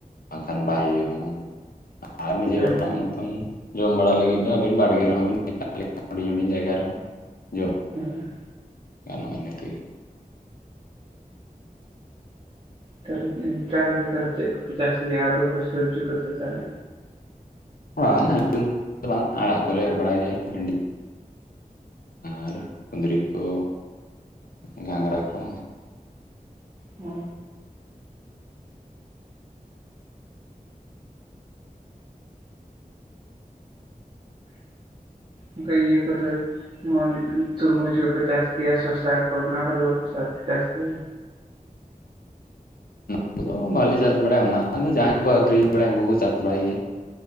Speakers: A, on the left; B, on the right.
A: ᱵᱟᱝᱠᱷᱟᱱ ᱵᱟᱭ ᱦᱩᱭᱩᱜ -ᱟ ᱚᱱᱟ ᱟᱨ ᱱᱤᱡᱮ
B: ᱦᱮᱸ
A: ᱚᱲᱟᱜ ᱢᱚᱛᱚᱱ ᱡᱚᱢ ᱵᱟᱲᱟ ᱞᱟᱹᱜᱤᱫ ᱫᱚ ᱟᱹᱵᱤᱱ ᱵᱟᱲᱜᱮ ᱨᱮᱦᱚ ᱵᱤᱱ ᱦᱩᱰᱤᱧ ᱦᱩᱰᱤᱧ ᱡᱟᱭᱜᱟ ᱨᱮᱦᱚᱸ ᱡᱚᱢ
B: ᱦᱮᱸ
A: ᱜᱟᱱᱚᱜᱼᱟ ᱤᱱᱟᱹ ᱛᱮᱜᱮ᱾
B: ᱛᱟᱦᱞᱮ ᱪᱟᱥ ᱫᱚ ᱛᱟᱦᱞᱮ ᱪᱮᱫ ᱠᱚ? ᱪᱟᱥ ᱜᱮᱭᱟ ᱟᱞᱩ ᱠᱚ ᱥᱚᱵᱡᱤ ᱠᱚᱫᱚ ᱛᱟᱦᱚᱞᱮ᱾
A: ᱵᱟᱝ <inaudible> ᱵᱟᱝ ᱟᱲᱟᱜ ᱠᱚᱞᱮ ᱮᱨ ᱵᱟᱲᱟᱭ ᱜᱮᱭᱟ ᱵᱷᱮᱱᱰᱤ᱾ ᱟᱨ ᱠᱩᱸᱫᱽᱨᱤ ᱠᱚ ᱜᱷᱟᱸᱜᱽᱨᱟ ᱠᱚ᱾
B: ᱚ ᱚᱱᱠᱟ ᱤᱭᱟᱹ ᱠᱚᱫᱚ ᱡᱮᱢᱚᱱ ᱛᱩᱨᱢᱩᱡᱽ ᱠᱚᱠᱚ ᱪᱟᱥ ᱜᱮᱭᱟ ᱥᱚᱥᱟ ᱠᱚ ᱚᱱᱟ ᱠᱚᱫᱚ ᱵᱟᱞᱮ ᱪᱟᱥ ᱜᱮᱭᱟ ᱥᱮ?
A: ᱚᱱᱟ ᱠᱚᱫᱚ ᱵᱟᱞᱮ ᱪᱟᱥ ᱵᱟᱲᱟᱭᱟ ᱚᱱᱟ ᱟᱫᱚ ᱡᱟᱦᱟᱸᱭ ᱠᱚᱠᱚ ᱟᱹᱠᱷᱨᱤᱧ ᱵᱟᱲᱟᱭᱟ ᱩᱱᱠᱩ ᱠᱚ ᱪᱟᱥ ᱵᱟᱲᱟᱭ ᱜᱮᱭᱟ᱾